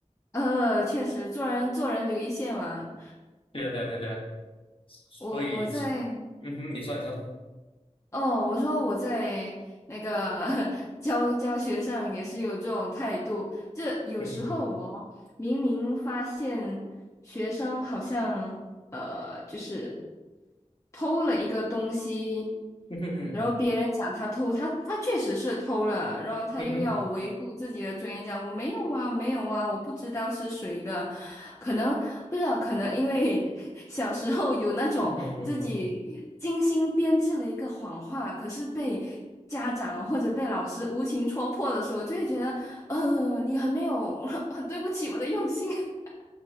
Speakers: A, on the left; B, on the left.
A: 呃，确实做人做人留一线嘛。
B: 对啊，对啊，对啊对啊，所以就
A: 我我在。
B: 嗯哼，你说，你说，
A: 哦，我说我在那个 <laughs> 教教学上也是有这种态度，就有时候哦，
B: 嗯哼，
A: 明明发现学生好像呃，就是偷了一个东西，
B: 嗯哼，
A: 然后别人讲他偷，他他确实是偷了，然后他又要维护自己的尊严，
B: 嗯哼，
A: 讲我没有啊，没有啊，我不知道是谁的，可能不知道，可能因为 <laughs> 小时候有那种自己精心编制了一个谎话，
B: 嗯哼，嗯哼，
A: 可是被。家长或者被老师无情戳破的时候，就会觉得呃，你很没有，<laughs> 很对不起我的用心，<laughs>